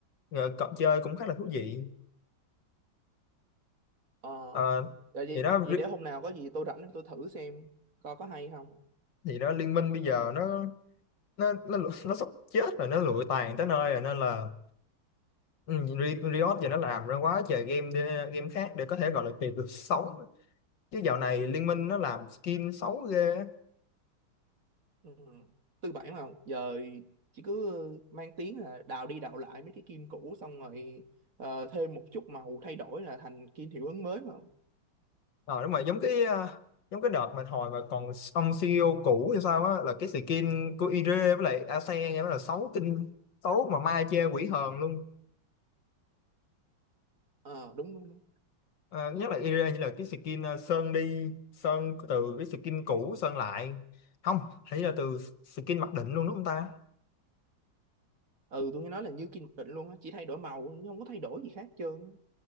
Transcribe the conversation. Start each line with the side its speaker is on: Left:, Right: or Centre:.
Left: rồi cậu chơi cũng khá là thú vị
Right: Ờ.
Left: Ờ,
Right: Vậy, vậy
Left: thì đó
Right: vậy để hôm nào có gì tôi rảnh tôi thử xem coi có hay không.
Left: thì đó liên minh bây giờ nó nó nó nó sắp chết rồi nó lụi tàn tới nơi rồi nên là ừ, Ri- Riot giờ nó làm ra quá trời game để, game khác để có thể gọi là kịp được sống chứ dạo này liên minh nó làm skin xấu ghê
Right: Ừ. Tư bản mà Giờ chỉ cứ mang tiếng là đào đi đào lại mấy cái kim cũ xong rồi ờ, thêm một chút màu thay đổi là thành kim hiệu ứng mới mà.
Left: rồi đúng rồi giống cái à, giống cái đợt mà hồi mà còn ông CEO cũ hay sao á là cái skin của Ire với lại Ase nghe mới là xấu kinh xấu mà mai chê quỷ hờn luôn
Right: Ờ đúng đúng đúng.
Left: À, nhất là area như là cái skin ờ, sơn đi sơn từ cái skin cũ sơn lại không hình như là từ skin mặc định luôn đúng không ta
Right: Ừ tôi nghe nói là như kim định luôn á, chỉ thay đổi màu chứ không có thay đổi gì khác hết trơn. á.